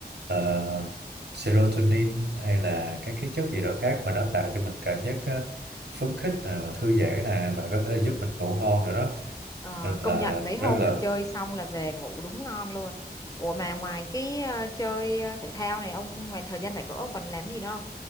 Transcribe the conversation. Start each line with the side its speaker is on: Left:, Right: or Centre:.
Right: ờ, serotonin hay là các cái chất gì đó khác mà nó tạo cho mình cảm giác ờ, phấn khích nè và thư giãn nè và có thể
Left: ừ.
Right: giúp mình ngủ ngon nữa đó
Left: Ờ,
Right: nên là
Left: công nhận mấy hôm
Right: rất là
Left: mà chơi xong là về ngủ đúng ngon luôn. Ủa mà ngoài cái ờ, chơi ờ, thể thao này ông ngoài thời gian rảnh rỗi ông còn làm gì nữa không?